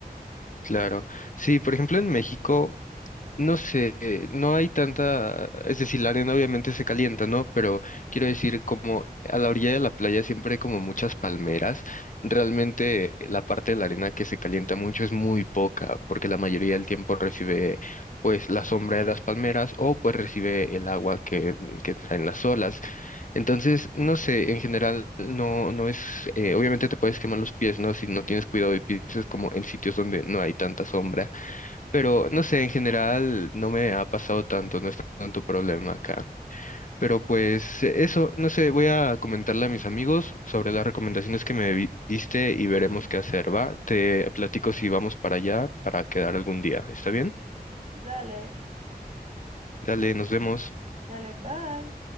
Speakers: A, on the left (about 55°); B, on the right (about 50°).
A: Claro. Sí, por ejemplo, en México. No sé, eh, no hay tanta, es decir, la arena obviamente se calienta, ¿no? Pero quiero decir, como a la orilla de la playa siempre hay como muchas palmeras, realmente la parte de la arena que se calienta mucho es muy poca, porque la mayoría del tiempo recibe pues la sombra de las palmeras o pues recibe el agua que, que traen las olas. Entonces, no sé, en general no, no es, eh, obviamente te puedes quemar los pies, ¿no? Si no tienes cuidado y pisas como en sitios donde no hay tanta sombra pero no sé, en general no me ha pasado tanto, no es tanto problema acá. Pero pues eh, eso, no sé, voy a comentarle a mis amigos sobre las recomendaciones que me vi- diste y veremos qué hacer, ¿va? Te platico si vamos para allá para quedar algún día, ¿está bien?
B: Dale,
A: Dale, nos vemos.
B: dale, bye.